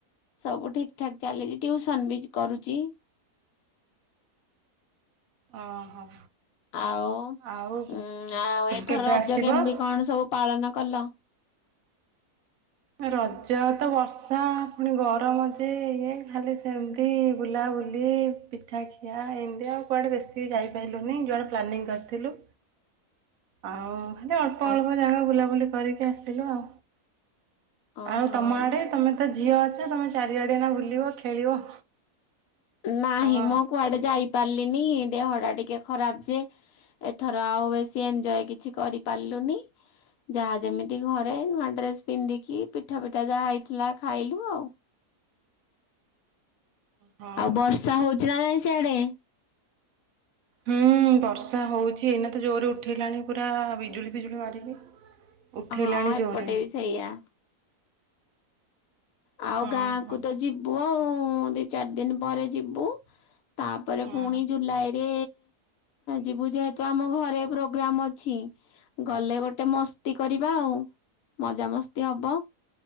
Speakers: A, on the left; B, on the right.
A: ସବୁ ଠିକ ଠାକ ଚାଲିଛି ଟିଉସନ୍ ବି କରୁଛି।
B: ଓହୋ।
A: ଆଉ
B: ଆଉ
A: ଉଁ ଆଉ ଏଥର
B: କେବେ
A: ରଜ
B: ଆସିବ?
A: କେମିତି କଣ ସବୁ ପାଳନ କଲ।
B: ରଜ ତ ବର୍ଷା ପୁଣି ଗରମ ଯେ ଇଏ ଖାଲି ସେମିତି ବୁଲାବୁଲି ପିଠା ଖିଆ ଏଇଭଳିଆ ଆଉ କୁଆଡେ ବେଶି ଯାଇପାରିଲୁନି ଯୁଆଡେ ପ୍ଲାନିଂ କରିଥିଲୁ। ଆଉ। ମାନେ ଅଳ୍ପ
A: ଆ
B: ଅଳ୍ପ ଜାଗା ବୁଲାବୁଲି କରିକି ଆସିଲୁ ଆଉ।
A: ଓହୋ।
B: ଆଉ ତମ ଆଡେ ତମେ ତ ଝିଅ ଅଛ ତମେ ଚାରିଆଡେ ଏଇନା ବୁଲିବ ଖେଳିବ।
A: ନାହିଁ
B: ହଁ
A: ମ କୁଆଡେ ଯାଇପାରିଲିନି। ଦେହ ଟା ଟିକେ ଖରାପ ଯେ, ଏଥର ଆଉ ବେଶୀ ଏଞ୍ଜୟ୍ କିଛି କରିପାରିଲୁନି ଯାହା ଯେମିତି ଘରେ ନୂଆ ଡ୍ରେସ ପିନ୍ଧିକି ପିଠା ପିଠା ଯାହା ହେଇଥିଲା ଖାଇଲୁ ଆଉ।
B: ହଁ।
A: ଆଉ ବର୍ଷା ହଉଛି ନା ନାଇଁ। ସେଆଡେ।
B: ହୁଁ ବର୍ଷା ହଉଛି ଏଇନା ତ ଜୋରରେ ଉଠେଇଲାଣି ପୁରା ବିଜୁଳି ଫିଜୁଳି ମାରିକି। ଉଠେଇଲାଣି
A: ହଁ ଏପଟେ
B: ଜୋରେ
A: ବି ସେଇଆ। ଆଉ
B: ହଁ
A: ଗାଁ
B: ହଁ
A: କୁ ତ ଯିବୁ ଆଉ। ମୁଁ ଦି ଚାରି ଦିନ ପରେ ଯିବୁ। ତାପରେ
B: ହଁ।
A: ପୁଣି ଜୁଲାଇ ରେ ଯିବୁ ଯେହେତୁ ଆମ ଘରେ ପ୍ରୋଗ୍ରାମ ଅଛି। ଗଲେ ଗୋଟେ ମସ୍ତି କରିବା ଆଉ। ମଜା ମସ୍ତି ହବ।